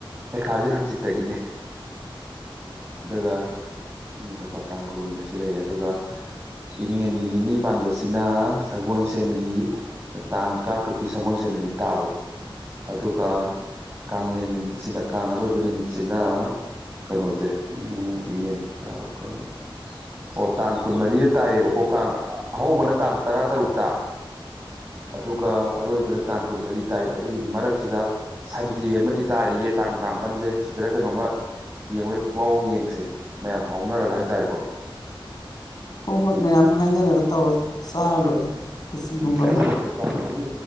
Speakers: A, on the right (about 25°); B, on the left (about 45°).
A: ꯄꯩꯈꯥꯁꯦ ꯍꯥꯡꯆꯤꯠꯇꯒꯤꯅꯦ ꯑꯗꯨꯒ ꯎꯝ ꯀꯣ ꯀꯣ ꯇꯥꯡ ꯀꯣꯂꯨꯝꯗ ꯁꯤ ꯂꯩꯔꯦ ꯑꯗꯨꯒ ꯏꯉꯦꯟꯒꯤ ꯅꯤꯅꯤ ꯄꯥꯟꯕꯁꯤꯅ ꯁꯒꯣꯜꯁꯦꯟꯒꯤ ꯇꯥꯡ ꯇꯔꯥꯇꯔꯨꯛꯀꯤ ꯁꯒꯣꯜꯁꯦꯟ ꯅꯨꯃꯤꯠ ꯇꯥꯕ ꯑꯗꯨꯒ ꯀꯂꯦꯟ ꯅꯨꯃꯤꯠꯁꯤꯅ ꯀꯥꯡ ꯑꯔꯣꯏꯕ ꯅꯨꯃꯤꯠꯁꯤꯅ ꯀꯩꯅꯣꯁꯦ ꯎꯝ ꯏꯉꯟ ꯀꯩꯅꯣ ꯑꯣ ꯇꯥꯡ ꯀꯨꯟꯃꯔꯤꯗ ꯇꯥꯏꯌꯦꯕꯀꯣ ꯀꯥꯡ ꯑꯍꯧꯕꯅ ꯇꯥꯡ ꯇꯔꯥ ꯇꯔꯨꯛꯇ ꯑꯗꯨꯒ ꯑꯔꯣꯏꯕꯅ ꯇꯥꯡ ꯀꯨꯟꯃꯔꯤ ꯇꯥꯏ ꯑꯗꯨꯒꯤ ꯃꯔꯛꯁꯤꯗ ꯁꯟꯗꯦ ꯑꯃꯗꯤ ꯇꯥꯔꯤꯌꯦ ꯇꯥꯡ ꯇꯔꯥꯃꯥꯄꯜꯁꯦ ꯁꯤꯗꯔ ꯀꯩꯅꯣꯝꯃ ꯌꯦꯡꯕꯩ ꯃꯑꯣꯡ ꯌꯦꯡꯁꯦ ꯃꯌꯥꯝ ꯐꯥꯎꯅꯔꯒ ꯍꯥꯏꯇꯥꯔꯦꯀꯣ
B: ꯍꯣꯏ ꯍꯣꯏ ꯃꯌꯥꯝ ꯍꯥꯏꯅꯔꯒ ꯇꯧꯔ ꯆꯥꯔ ꯂꯣꯏꯔꯦ ꯈꯦꯆꯤꯒꯨꯝꯕ
A: ꯎꯝ ꯑꯩꯗꯤ
B: ꯑꯃ
A: ꯀꯩꯅꯣꯗꯣ ꯄꯥꯝꯃꯦ ꯍꯥꯏꯕꯗꯤ